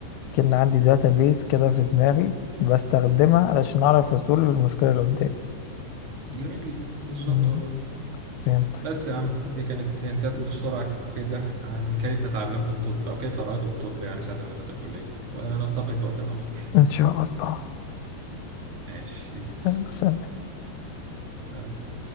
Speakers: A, on the left; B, on the right.
A: كأن عندي داتا بيس كده في دماغي بستخدمها علشان اعرف اصول المشكلة اللي قدامي
B: جميل جدا بالظبط
A: أمم،
B: هو ده
A: فهمت
B: بس يا عم دي كانت هنتات بسرعة كده عن كيف تعلمت الطب أو كيف رأيت الطب يعني ساعة لما دخلت الكلية ونلتقي في وقت آخر
A: إن شاء الله
B: ماشي بيس
A: إن شاء الله
B: سلام